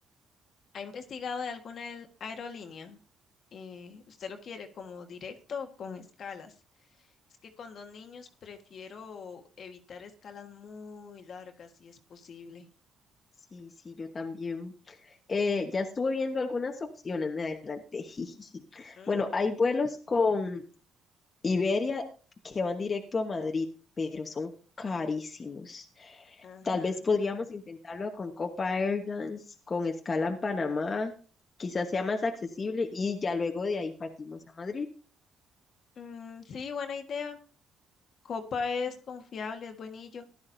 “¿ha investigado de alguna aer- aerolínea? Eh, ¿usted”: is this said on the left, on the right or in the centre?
Left